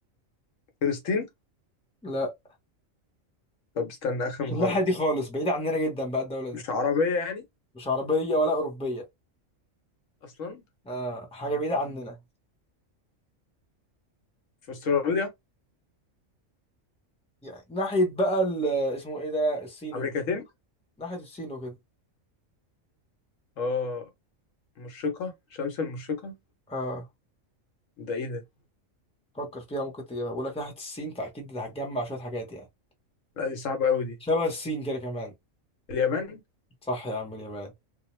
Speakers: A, on the left (about 70°); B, in the centre.
A: فلسطين
B: لا
A: طب استنى آخر
B: مش
A: محاولة
B: الناحيه دي خالص بعيده عننا جدا بقى الدوله دي
A: مش عربية يعني
B: مش عربية ولا أوروبية
A: أصلا
B: آه حاجه بعيده عننا
A: في أستراليا
B: يعني ناحية بقى ال- اسمه إيه ده الصين
A: أمريكتين
B: ناحية الصين وكده
A: اه مشرقة شمس المشرقة
B: آه
A: ده ايه ده
B: فكر فيها ممكن تجيبها بقول لك ناحية ناحيه الصين فاكيد هتجمع شويه حاجات يعني
A: لا دي صعبة قوي دي
B: شبه الصين كده كمان
A: اليابان
B: صح يا عم اليابان